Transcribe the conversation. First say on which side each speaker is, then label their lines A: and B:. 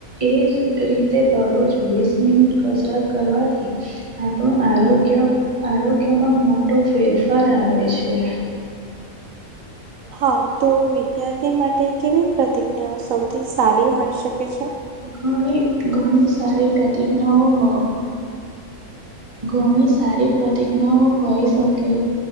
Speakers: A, on the right; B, on the right.
A: એજ રીતે દરરોજ વીસ મિનિટ કસરત કરવાથી આપણું આરોગ્ય આરોગ્યમાં મોટો ફેરફાર આવે છે.
B: હા તો વિદ્યાર્થી માટે કેવી પ્રતિજ્ઞાઓ સૌથી સારી હોઈ શકે છે?
A: ઘણી ઘણી સારી પ્રતિજ્ઞાઓ હો ઘણી સારી પ્રતિજ્ઞાઓ હોય શકે